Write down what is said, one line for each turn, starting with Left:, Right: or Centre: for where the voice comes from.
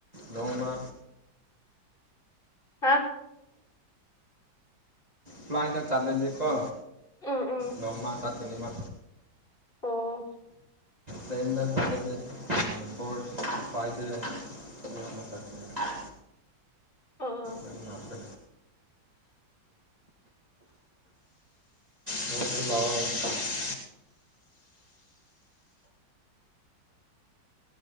Right: ꯅꯣꯡꯃꯥ
Left: ꯍꯥꯥ
Right: ꯐ꯭ꯂꯥꯏꯠꯗ ꯆꯠꯅꯗꯤ ꯀꯣ
Left: ꯎꯝ ꯎꯝ
Right: ꯅꯣꯡꯃꯥ ꯆꯠꯀꯅꯤꯕ
Left: ꯑꯣ
Right: ꯇ꯭ꯔꯦꯟꯅ ꯆꯠꯂꯗꯤ ꯎꯝ ꯐꯣꯔ ꯇꯨ ꯐꯥꯏꯕ ꯗꯦꯁ ꯆꯠꯀꯅꯤ
Left: ꯑꯥ
Right: ꯌꯥꯝ ꯂꯥꯞꯄꯦ ꯅꯣꯏ ꯁꯤ ꯂꯥꯛꯑꯣ